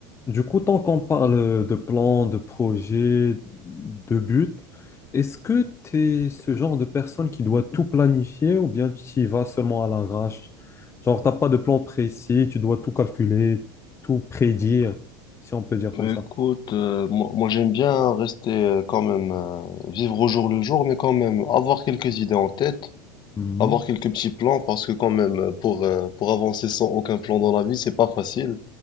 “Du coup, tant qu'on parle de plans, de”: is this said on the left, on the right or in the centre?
Left